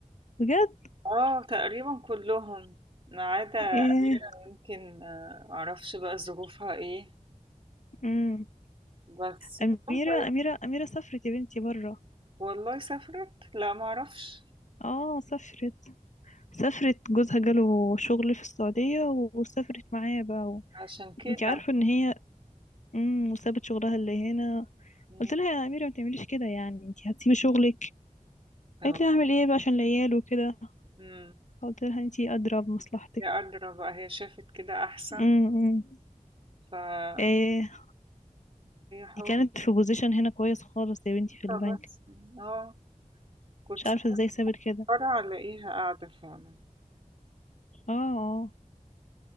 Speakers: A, on the left; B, on the right.
A: بجد
B: اه تقريبا كلهم ما عدا
A: ايه
B: أميرة يمكن آه، معرفش بقى ظروفها ايه
A: امم
B: بس تكون
A: اميرة
B: كويس
A: اميرة اميرة سافرت يا بنتي بره
B: والله سافرت لا معرفش
A: اه سافرت سافرت جوزها جاله شغل في السعودية وسافرت معاه بقى و...
B: عشان كده
A: انتي عارفة ان هي امم وسابت شغلها اللي هنا
B: مم.
A: قلت لها يا اميرة ما تعمليش كده يعني انتي هتسيبي شغلك
B: اه
A: قالت لي هعمل ايه بقى عشان العيال وكده
B: مم.
A: قلت لها انتي ادرى بمصلحتك
B: هي قادرة بقى هي شافت كده أحسن
A: امم امم.
B: فهي
A: ايه
B: حاولت
A: دي كانت في بوزيشن هنا كويس خالص يا بنتي في البنك
B: بس اه كنت
A: مش عارفة ازاي سابت كده
B: فرع الاقيها قاعدة فعلا
A: اه اه